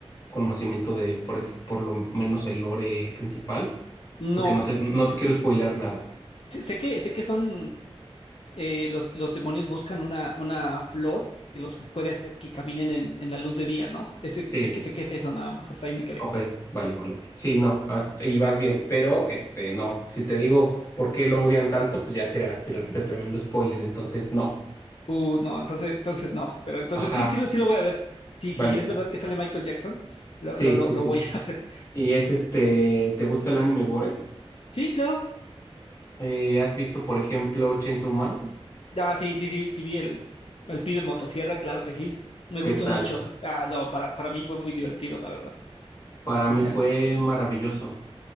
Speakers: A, on the left (about 30°); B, on the left (about 65°).
A: conocimiento de, por, ej- por lo menos, el lore principal,
B: no.
A: porque no te, no te quiero spoilear nada.
B: Sé sé que, sé que son... eh, los, los demonios buscan una, una flor que los puede hacer que caminen en, en la luz de día, ¿no? Ese,
A: Sí,
B: sé que, sé que es eso nada más. Hasta ahí me quedé.
A: ok, vale, vale, vale. Sí, no, haz- y vas bien, pero este, no, si te digo por qué lo odian tanto, pues ya sería tirarte tremendo spoiler, entonces no.
B: Uh, no, entonces, entonces no. Pero entonces
A: Ajá,
B: sí, sí, lo, sí lo voy a ver. Sí, sí,
A: vale,
B: es verdad que sale Michael Jackson. Lo,
A: sí,
B: lo, lo,
A: sí,
B: lo
A: sí.
B: voy a <laughs> ver.
A: Y es este, ¿te gusta el anime gore?
B: Sí, claro.
A: Eh, ¿has visto, por ejemplo, Chainsaw Man?
B: Ah, sí, sí, sí, sí vi el, el pibe motosierra, claro que sí. Me
A: ¿Qué
B: gustó
A: tal?
B: mucho. Ah, no, para, para mí fue muy divertido, la verdad.
A: Para
B: O
A: mí
B: sea,
A: fue maravilloso.